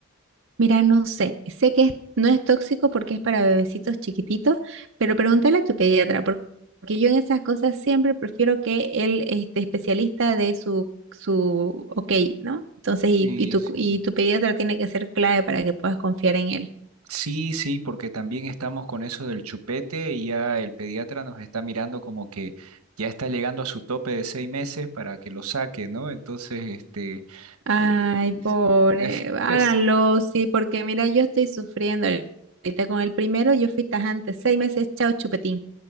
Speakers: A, on the right; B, on the right.
A: mira, no sé, sé que es- no es tóxico porque es para bebecitos chiquititos, pero pregúntale a tu pediatra por- porque yo en esas cosas siempre prefiero que el este, especialista de su su ok, ¿no? Entonces,
B: Sí,
A: y, y tu,
B: sí.
A: y tu pediatra tiene que ser clave para que puedas confiar en él.
B: Sí, sí, porque también estamos con eso del chupete y ya el pediatra nos está mirando como que ya está llegando a su tope de seis meses para que lo saque, ¿no? Entonces, este,
A: Ay,
B: eh, es-
A: pobre,
B: es- <laughs>
A: háganlo,
B: es-
A: sí, porque mira, yo estoy sufriendo ahorita con el primero, yo fui tajante, seis meses, chao chupetín,